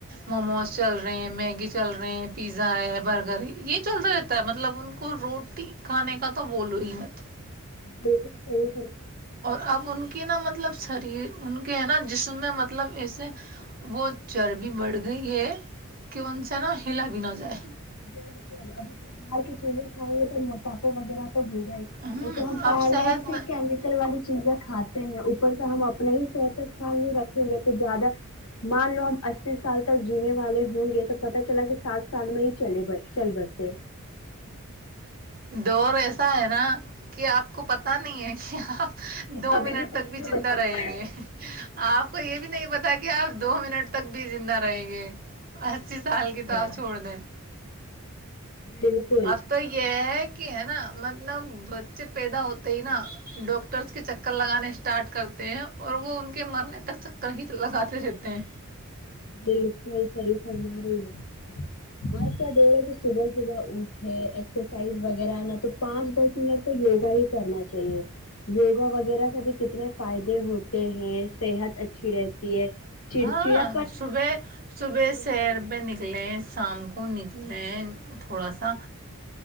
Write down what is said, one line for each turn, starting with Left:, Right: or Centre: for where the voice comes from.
Right: موموز چل رہے ہیں میگی چل رہے ہیں پیزا ہے برگر ہے یہ چلتا رہتا ہے مطلب ان کو روٹی کھانے کا تو بولو ہی مت
Left: بالکل صحی
Right: اور اب ان کی نا مطلب شریر ان کے ہے نا جسم میں مطلب ایسے وہ چربی بڑھ گئی ہے کہ ان سے نا ہلا بھی نہ جائے
Left: بالکل ابھی سے بار کی چیزیں <unintelligible> مافا وغیرہ تو ہوگا ہی
Right: ہ
Left: تو ہم
Right: اب
Left: پہلے
Right: صحت
Left: سے
Right: مند
Left: کیمیکل والی چیزیں کھاتے ہیں ہم اپنے ہی صحت کا خیال نہیں رکھیں گے تو زیادہ مان لو ہم اسی سال تک جینے والے ہوں گے تو پتا چلا کہ سٹھ سال میں ہی چل بسے
Right: اور ایسا ہے نا کہ آپ کو پتہ نہیں ہے کہ آپ
Left: کہ
Right: دو
Left: کبھی
Right: منٹ
Left: کچھ
Right: تک بھی زندہ
Left: ہو سکتا
Right: رہیں
Left: ہے،
Right: گے آپ کو یہ بھی نہیں پتا کہ آپ دو منٹ تک بھی زندہ رہے گے سال
Left: بالکل،
Right: کی تو آپ چھوڑ دیں
Left: بالکل
Right: اب تو یہ ہے کہ ہے نا مطلب بچے پیدا ہوتے ہی نا ڈاکٹرس کے چکر لگانے اسٹارٹ کرتے ہیں اور وہ ان کے مرنے تک چکر ہی لگاتے رہتے ہیں
Left: بالکل صحیح فرما رہی ہے بس کیا دوڑے کہ صبح صبح اٹھے ایکسرسائز وغیرہ نہ تو پانچ دس منٹ تو یوگا ہی کرنا چاہیے یوگا وغیرہ سے بھی کتنے فائدے ہوتے ہیں صحت اچھی رہتی ہے چڑچڑا
Right: ہاں صبح صبح سیر پہ نکلے شام کو نکلے ن تھوڑا سا